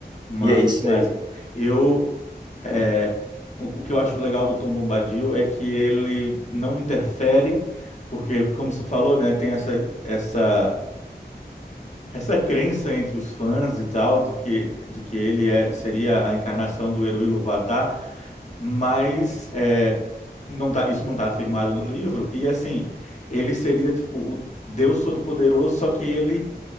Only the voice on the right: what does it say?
E é isso
aí.